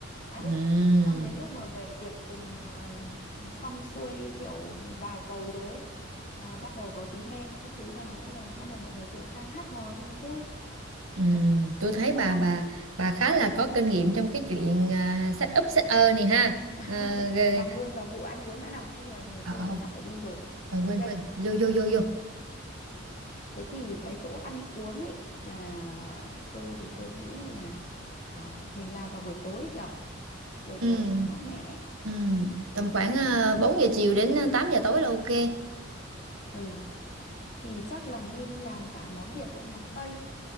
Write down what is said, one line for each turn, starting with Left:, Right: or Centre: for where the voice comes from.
Left: đấy
Right: ừ
Left: xong đến lúc mọi người tiệc tùng ờ, xong xuôi kiểu vào cầu rồi ấy ờ, bắt đầu có tí men các thứ vào đó là bắt đầu mọi người chuyển sang hát hò cho nó vui
Right: Ừm,
Left: đấy
Right: tôi thấy
Left: thôi
Right: bà
Left: bàn
Right: bà bà khá là
Left: ừ.
Right: có kinh nghiệm trong cái chuyện uh, set up set ơ này ha.
Left: <laughs>
Right: À, rồi,
Left: bàn luôn vào vụ ăn uống đã nào không là là
Right: ờ,
Left: tôi
Right: ờ,
Left: lại sắp phải đi rồi
Right: ờ,
Left: ok
Right: quên quên, vô vô vô vô.
Left: ừ. thế thì cái chỗ ăn uống ấy là tôi thì tôi nghĩ là ờ, mình làm vào buổi tối nhở buổi
Right: Ừm,
Left: tối cho nó mát mẻ
Right: ừm, tầm khoảng
Left: ừ
Right: uh, 4 giờ chiều đến ờ, 8 giờ tối là ok.
Left: ừ thì chắc là nên làm cả món Việt lẫn món Tây